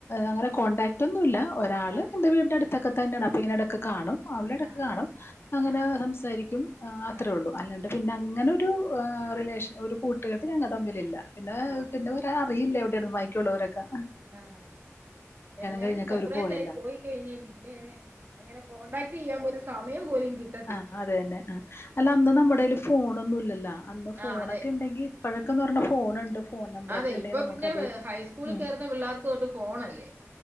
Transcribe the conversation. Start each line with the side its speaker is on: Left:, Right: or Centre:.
Left: അങ്ങനെ കോൺടാക്റ്റ് ഒന്നും ഇല്ല ഒരാൾ
Right: ആഹ്
Left: എൻ്റെ വീടിൻ്റെ അടുത്തൊക്കെ തന്നെയാണ് അപ്പോൾ ഇങ്ങനെ ഇടക്ക് ഒകെ കാണും അവളെ ഇടക്ക്
Right: ആഹ് ആഹ്
Left: കാണും അങ്ങനെ
Right: ആഹ്
Left: സംസാരിക്കും അത്രേ
Right: ആഹ്
Left: ഉള്ളൂ അല്ലാണ്ട് പിന്നെ അങ്ങനെ ഒരു റിലേഷൻ ഒരു കൂട്ടുകെട്ട ഞങ്ങ തമ്മിലില്ല പിന്നെ
Right: ആഹ്
Left: പിന്നെ അറിയില്ല എവിടൊയിന്ന് ബാക്കി യുള്ളവരൊക്കെ
Right: ആഹ് എല്ലാരും
Left: കഴിഞ്ഞൊക്കെ
Right: സെപ്പറേറ്റ്
Left: അവർ പോയല്ല
Right: ആയി പോയി കഴിഞ്ഞ പിന്നെ അങ്ങനെ കോടാക്ട് ചെയ്യാൻ പോലെ സമയം പോലും കിട്ടു
Left: ആഹ് അതെ തന്നെ ആ അല്ല അന്ന് നമ്മടേൽ ഫോണൊന്നുംല്ലല്ലോ അന്ന് ഫോണൊക്കെ
Right: ആ അതെ
Left: ഉണ്ടെങ്കിൽ ഇപ്പോഴൊക്കന്ന് പറഞ്ഞ ഫോണുണ്ട് ഫോൺ നമ്പറൊക്കെ
Right: അതെ
Left: ഉണ്ടെങ്കിൽ
Right: ഇപ്പൊ
Left: നമുക്കത്
Right: പിന്നെ ഹൈസ്കൂളിൽ
Left: ഉം
Right: കയറുന്ന പിള്ളേർക്ക് തൊട്ട് ഫോണല്ലേ